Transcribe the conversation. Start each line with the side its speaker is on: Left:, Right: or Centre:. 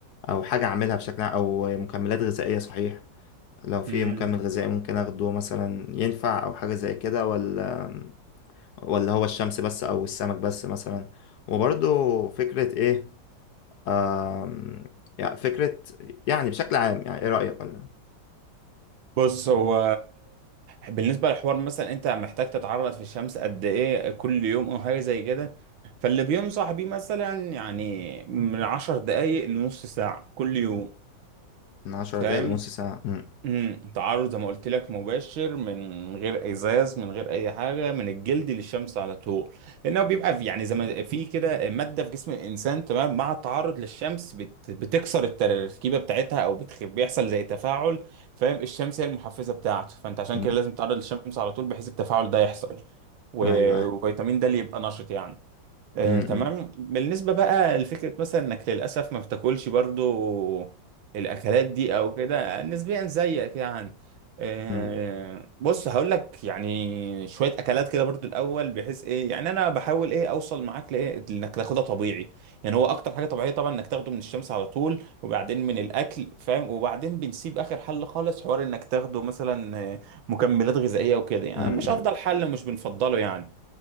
Left: أو حاجة أعملها بشكل عام، أو مكملات غذائية صحيح لو في
Right: مم.
Left: مكمل غذائي ممكن أخده مثلا ينفع أو حاجة زي كده ولا ولا هو الشمس بس أو السمك بس مثلا وبرضه فكرة إيه آم، يعني فكرة يعني بشكل عام يعني إيه رأيك ولا
Right: بص هو بالنسبة للحوار مثلا انت محتاج تتعرض في الشمس قد ايه كل يوم او حاجة زي كده فاللي بينصح بيه مثلا يعني من عشر دقايق لنص ساعة كل يوم
Left: من عشر
Right: فاهم
Left: دقايق لنص ساعة م-
Right: امم تعرض زي ما قلت لك مباشر من غير ازاز من غير اي حاجه من الجلد للشمس على طول لانه بيبقى في يعني زي ما في كده ماده في جسم الانسان تمام مع التعرض للشمس بت بتكسر التركيبه بتاعتها او بتخ... بيحصل زي تفاعل فاهم الشمس هي المحفزه بتاعته فانت عشان
Left: م-
Right: كده لازم تتعرض للشمس على طول بحيث التفاعل ده يحصل و-
Left: أيوه أيوه
Right: وفيتامين ده اللي يبقى نشط يعني آه،
Left: م-
Right: تمام
Left: م-
Right: بالنسبة بقى لفكرة مثلا انك للأسف ما بتاكلش برضو الأكلات دي أو كده نسبيا زيك يعني آه،
Left: م-
Right: بص هقول لك يعني شوية أكلات كده برضو الأول بحيث إيه يعني أنا بحاول إيه أوصل معاك لإيه إنك تاخدها طبيعي يعني هو أكتر حاجة طبيعية طبعا إنك تاخده من الشمس على طول وبعدين من الأكل فاهم وبعدين بنسيب آخر حل خالص حوار إنك تاخده مثلا آه، مكملات غذائية وكده يعني
Left: م-
Right: مش أفضل
Left: م-
Right: حل ومش بنفضله يعني